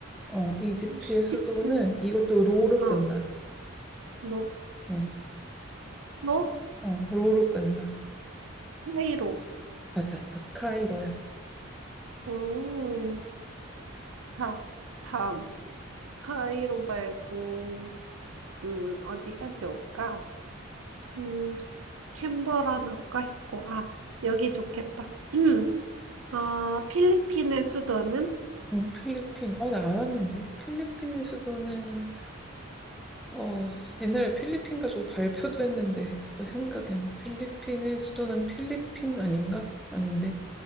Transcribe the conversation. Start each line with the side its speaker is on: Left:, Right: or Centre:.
Centre: 어, 이집트의
Right: 이집트.
Centre: 수도는 이것도 로로
Right: 어로
Centre: 끝나.
Right: 로?
Centre: 어,
Right: 로?
Centre: 어, 로로 끝나.
Right: 카이로
Centre: 맞았어. 카이로야.
Right: 오 자 다음 카이로 말고 음 어디가 좋을까 음 캔버라나 아까 고아 여기 좋겠다 <clears throat> 아 필리핀의 수도는
Centre: 어, 필리핀. 어, 나 알았는데. 필리핀의 수도는 어, 옛날에 필리핀 가지고 발표도 했는데 왜 생각이 안 나. 필리핀의 수도는 필리핀 아닌가? 아닌데.